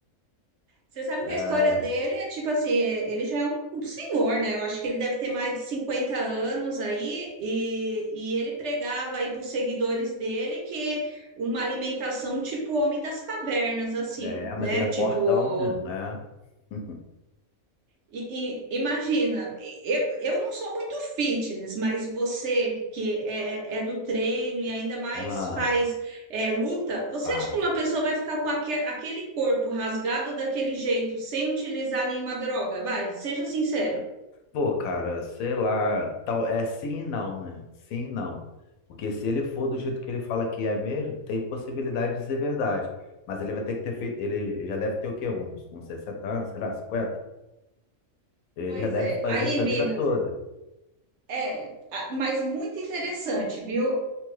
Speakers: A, on the right; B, on the left.
A: Você
B: <laughs>
A: sabe
B: É,
A: que a história dele é tipo assim, é- ele já é um senhor, né? Eu acho que ele deve ter mais de 50 anos aí, e, e ele pregava aí para os seguidores dele que uma alimentação tipo homem das cavernas, assim,
B: é, é, mas
A: né?
B: ele é
A: Tipo,
B: fortão, né? É. <laughs>
A: E, e- imagina, eu, eu não sou muito fitness, mas você que é, é do treino e ainda mais
B: Ah,
A: faz é, luta, você
B: ah,
A: acha que uma pessoa vai ficar com aque- aquele corpo rasgado daquele jeito, sem utilizar nenhuma droga? Vai, seja sincero.
B: pô, cara, sei lá, tal, é sim e não, né? Sim e não. Porque se ele for do jeito que ele fala que é mesmo, tem possibilidade de ser verdade. Mas ele vai ter que ter feito, ele já deve ter o quê? Uns, uns 60 anos, sei lá, 50? Ele
A: Pois
B: já deve
A: é,
B: fazer
A: aí,
B: isso a
A: Vina,
B: vida toda.
A: é, a- mas muito interessante, viu?